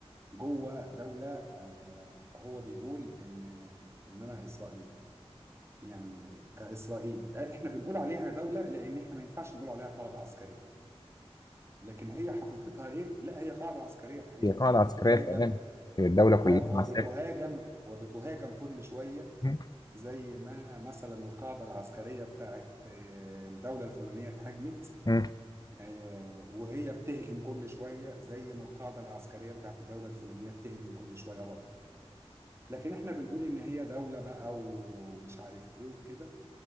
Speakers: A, on the right (about 25°); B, on the left (about 40°).
A: جوه دوله آه، هو بيقول ان ان انا اسرائيلي يعني كاسرائيل آه، احنا بنقول عليها دوله لان احنا ما ينفعش نقول عليها قاعده عسكريه لكن هي حقيقتها ايه؟ لا هي قاعده عسكريه الحقيقه
B: هي قاعده
A: وبتهاجم
B: عسكريه فعلا هي الدوله كلها
A: اه وبتهاجم
B: عساكر
A: وبتهاجم كل شوية
B: مم.
A: زي ما مثلا القاعدة العسكرية بتاعت آه، الدولة الفلانية اتهاجمت
B: مم.
A: آه، وهي بتهجم كل شوية زي ما القاعدة العسكرية بتاعت الدولة الفلانية بتهجم كل شوية برضه لكن احنا بنقول ان هي دولة بقى ومش عارف ايه وكده